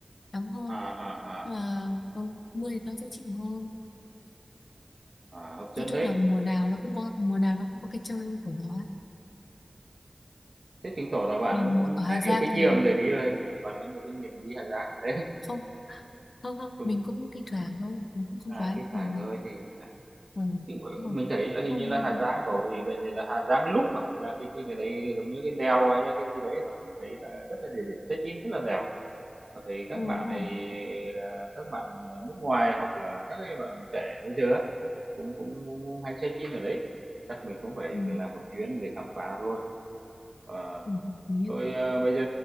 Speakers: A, on the left; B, on the right.
A: nóng hơn
B: à, à,
A: nhưng
B: à,
A: mà ừ, mưa thì nó dễ chịu hơn
B: à, hợp
A: nói
B: dẫn
A: chung
B: đấy
A: là mùa nào nó cũng có mùa nào nó cũng có cái chơi của nó ấy.
B: thế chứng tỏ là bạn
A: mà mùa,
B: cũng
A: ở Hà
B: khá
A: Giang
B: nhiều kinh
A: thì
B: nghiệm để đi rồi nhỉ bạn có nhiều kinh nghiệm đi Hà Giang đấy
A: không không không
B: <laughs> cũng
A: mình cũng thi thoảng thôi mình cũng không
B: à
A: quá
B: cái phải
A: nhiều lắm
B: nơi thì à,
A: ừ.
B: thì
A: đúng rồi
B: mình thấy là
A: cũng
B: hình
A: không
B: như là Hà Giang có vì cái gì là Hà Giang lúc à là cái cái cái đấy là giống như cái đèo hay là cái gì đấy nó cũng thấy là rất là địa điểm check in rất là đẹp và thấy các
A: ừ,
B: bạn
A: đúng rồi
B: này à, các bạn nước ngoài hoặc là các cái bạn trẻ bây giờ á, Cũng cũng cũng hay check in ở đấy, chắc mình cũng phải
A: ừ.
B: phải làm một chuyến để khám phá thôi. Ờ,
A: Ừ. hợp lý.
B: thôi, a, bây giờ